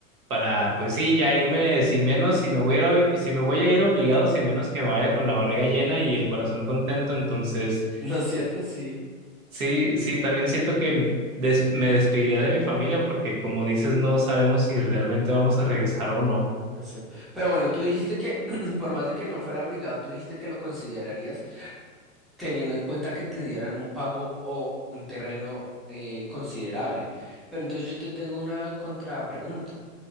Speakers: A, on the right; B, in the centre.
A: para, pues sí, ya irme sin menos, si me voy a ir, ob- si me voy a ir obligado, sin menos que me vaya con la barriga llena y el corazón contento, entonces
B: <laughs> ¿no es cierto? Sí.
A: sí, sí, también siento que des- me despediría de mi familia porque como dices, no sabemos si realmente vamos a regresar o no.
B: Exacto. Pero bueno, tú dijiste que, <clears throat> por más de que no fuera obligado, tú dijiste que lo considerarías teniendo en cuenta que te dieran un pago o un terreno eh, considerable. Pero entonces yo te tengo una contrapregunta.